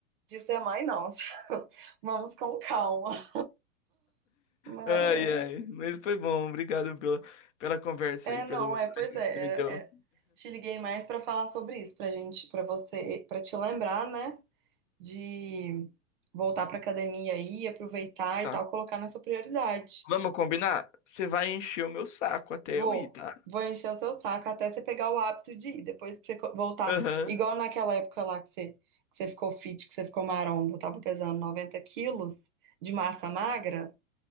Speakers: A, on the right (about 40°); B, on the left (about 60°).
A: de ser mãe, não. <laughs> Vamos com calma. Mas...
B: Ai, ai. Mas foi bom. Obrigado pela, pela conversa
A: É,
B: aí, pelo
A: não, é, pois
B: ânimo
A: é,
B: que você me deu.
A: é, é. Te liguei mais pra falar sobre isso, pra gente, pra você, pra te lembrar, né, de voltar pra academia aí, aproveitar
B: Tá.
A: e tal, colocar na sua prioridade.
B: Vamos combinar? Você vai encher o meu saco até
A: Vou,
B: eu ir, tá?
A: vou encher o seu saco até você pegar o hábito de ir, depois que você co- voltar,
B: Aham.
A: igual naquela época lá que você, que você ficou fit, que você ficou maromba, eu tava pesando 90 quilos de massa magra,